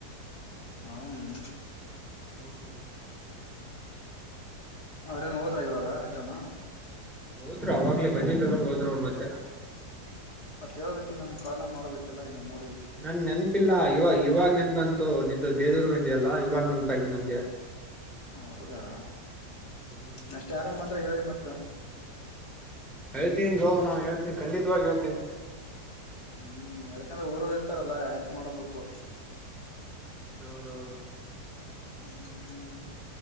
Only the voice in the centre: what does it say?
ಹ್ಮ್
ಹೋದ್ರು ಅವಾಗ್ಲೇ ಬಂದಿದ್ರು ಹೋದ್ರು ಅವ್ರ ಮತ್ತೆ.
ನಂಗ ನೆನಪಿಲ್ಲ ಇವಾಗ ಇವಾಗ್ ನೆನ್ಪ ಬಂತು ನಿಂದ ದೇವದುರ್ಗ ಅಂದಿ ಅಲ್ಲಾ ಇವಾಗ್ ನೆನ್ಪಾಯ್ತು ನಂಗೆ.
ಹ್ಮ್
ಹೇಳ್ತೀನಿ ಬ್ರೋ ನಾನ ಹೇಳ್ತೀನಿ ಖಂಡಿತವಾಗಿ ಹೇಳ್ತೀನಿ.
ಹೌದೌದು